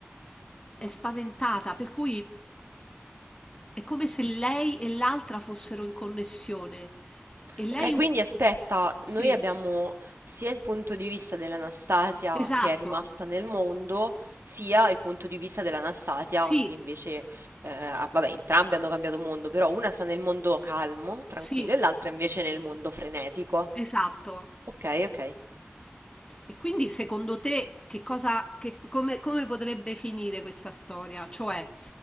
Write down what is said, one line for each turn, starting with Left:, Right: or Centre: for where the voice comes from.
Left: è spaventata, per cui è come se lei e l'altra fossero in connessione. E lei...
Right: Ok,
Left: un-
Right: quindi
Left: <laughs>
Right: aspetta,
Left: Sì,
Right: noi abbiamo sia il punto di vista dell'Anastasia
Left: esatto,
Right: che è rimasta nel mondo, sia il punto di vista dell'Anastasia
Left: sì,
Right: che invece, eh, ah, vabbè, entrambe hanno cambiato mondo, però una sta nel mondo calmo, tranquillo,
Left: sì,
Right: e l'altra invece nel mondo frenetico.
Left: esatto.
Right: Ok, ok.
Left: E quindi secondo te che cosa, che- come, come potrebbe finire questa storia? Cioè,